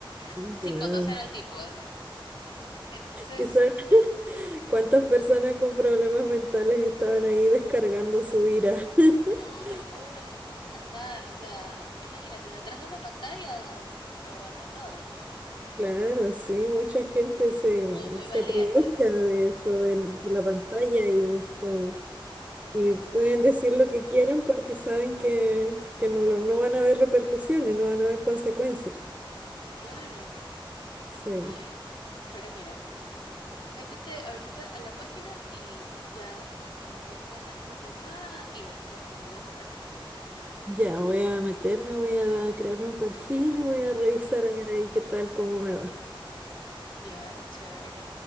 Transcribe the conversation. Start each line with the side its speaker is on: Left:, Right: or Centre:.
Right: Ya.
Left: <laughs> sin conocer al tipo, así. Entonces...
Right: ¿Y sabes cuántas personas con problemas mentales estaban ahí descargando su ira? <laughs>
Left: No, te lo juro, es que tú nunca sabes, o sea, imagínate, detrás de una pantalla uno aguanta todo, pues no.
Right: Claro, sí, mucha gente se,
Left: Muy, muy
Right: se
Left: valientes.
Right: aprovecha de eso, de la pantalla y esto. Y pueden decir lo que quieran porque saben que, que no, lo- no van a haber repercusiones, no van a haber consecuencias.
Left: Claro.
Right: Sí.
Left: Ay, no. Pero mira, métete ahorita a la página y ya m- me cuentas cómo te va y después mañana conversamos, ¿ya?
Right: Ya, voy a meterme, voy a crearme un perfil y voy a revisar a ver ahí qué tal, cómo me va.
Left: Ya, chévere.